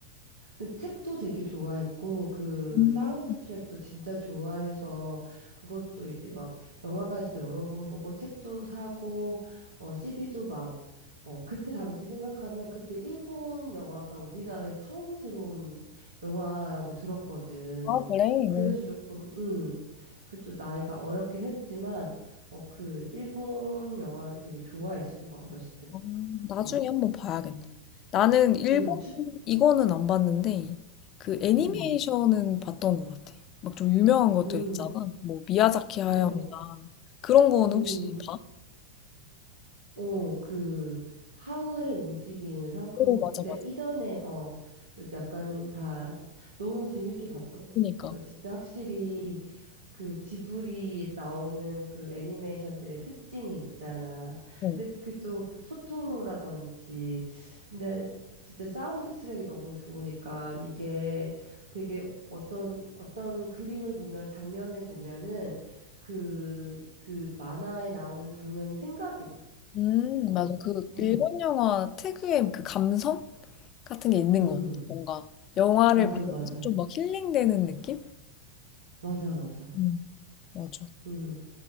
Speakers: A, on the right (about 65°); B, on the left (about 35°).
A: 근데 책도 되게 좋아했고, 그
B: 음,
A: 사운드 트랙도 진짜 좋아해서, 그것도 이제 막 영화관에서도 여러 번 보고, 책도 사고, 어, CD도 막, 어, 그때 당시 생각하면 그때 일본 영화가 우리나라에 처음 들어온 영화라고 들었거든.
B: 아, 그래?
A: 그래서
B: 어.
A: 조금, 음, 그 또 나이가 어렸긴 했지만, 어, 그 일본 영화를 되게 좋아했어, 내가 어렸을 때부터.
B: 아, 나중에
A: 음,
B: 한번 봐야겠다.
A: 음,
B: 나는 일본,
A: 음, 추,
B: 이거는 안 봤는데, 그 애니메이션은
A: 음,
B: 봤던 것 같아. 막 좀 유명한 것들
A: 음.
B: 있잖아. 뭐, 미야자키 하야오나.
A: 어,
B: 그런 거는
A: 음.
B: 혹시 봐?
A: 어, 그, 하울의 움직이는 성? 그거,
B: 오, 맞아,
A: 이제
B: 맞아.
A: 이전에, 어, 약간 다 너무 재밌게 봤던 것
B: 그니까.
A: 같아. 그러니까 진짜 확실히 그 지브리에서 나오는 그 애니메이션들의 특징이 있잖아.
B: 어.
A: 근데 그 또 토토로라든지, 근데 진짜 사운드 트랙이 너무 좋으니까 이게 되게 어떤, 어떤 그림을 보면, 장면을 보면은 그, 그 만화에 나오는 장면이 생각이 나.
B: 음,
A: 응,
B: 맞아. 그
A: 응,
B: 일본 영화 특유의 그 감성 같은 게 있는
A: 응.
B: 것 같아. 뭔가 영화를
A: 맞아,
B: 보면서
A: 맞아.
B: 좀 막 힐링되는 느낌?
A: 맞아, 맞아.
B: 음, 맞아.
A: 응,